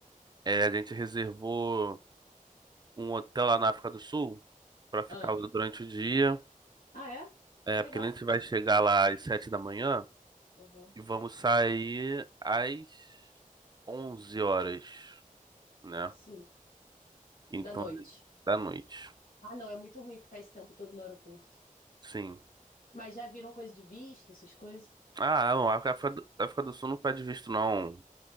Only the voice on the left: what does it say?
Ah,
ah é?
Legal.
Aham.
Sim.
Da noite.
Ah, não, é muito ruim ficar esse tempo todo no aeroporto.
Mas já viram coisa de visto, essas coisas?